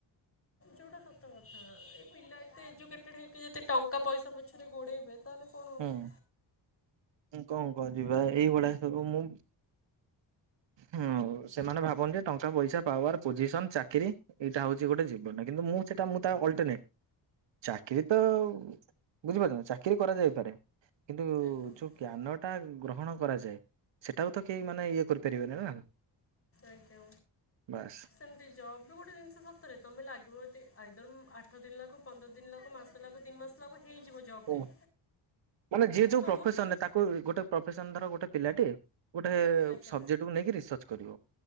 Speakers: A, on the left (about 30°); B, on the right (about 65°).
A: ଯୋଉଟା ସତ କଥା ଏ ପିଲା ଏତେ ଏଜୁକେଟେଡ୍ ହେଇକି ଯେତେ ଟଙ୍କା ପଇସା ପଛରେ ଗୋଡେଇବେ ତାହେଲେ କଣ
B: ଆଉ।
A: ହବ?
B: କଣ କଣ ଯିବା ଏଇଭଳିଆ ସବୁ ମୁଁ ହଁ ସେମାନେ ଭାବନ୍ତି ଟଙ୍କା ପଇସା ପାୱାର ପୋଜିସନ ଚାକିରୀ ଏଇଟା ହଉଛି ଗୋଟେ ଜୀବନ କିନ୍ତୁ ମୁଁ ସେଟା ମୁଁ ତା ଅଲଟରନେଟ୍ ଚାକିରୀ ତ ବୁଝିପାରୁଛ ନା ଚାକିରୀ କରାଯାଏ ପାରେ। କିନ୍ତୁ
A: ଆଜ୍ଞା
B: ଯୋଉ ଜ୍ଞାନ ଟା ଗ୍ରହଣ କରାଯାଏ ସେଟାକୁ ତ କେହି ମାନେ ଇଏ କରିପାରିବେନି ନା।
A: ଆଜ୍ଞା
B: ବାସ୍।
A: ସେମିତି ଜବ୍ ବି ଗୋଟେ ଜିନିଷ ସତରେ ତମେ ଲାଗିବ ଦି ଆଇଦର ଆଠ ଦିନ୍ ଲାଗୁ ପନ୍ଦର ଦିନ୍ ଲାଗୁ ମାସେ ଲାଗୁ ଦି ମାସ ଲାଗୁ ହେଇଯିବ ଜବ୍ଟିଏ
B: ହୁଁ ମାନେ ଯିଏ ଯୋଉ
A: ସମସ୍ତଙ୍କୁ
B: ପ୍ରଫେସନରେ ତାକୁ ଗୋଟେ ପ୍ରଫେସନ ଧର ଗୋଟେ ପିଲାଟେ ଗୋଟେ
A: ଆଜ୍ଞା
B: ସବଜେକ୍ଟକୁ ନେଇକି ରିସର୍ଚ୍ଚ କରିବ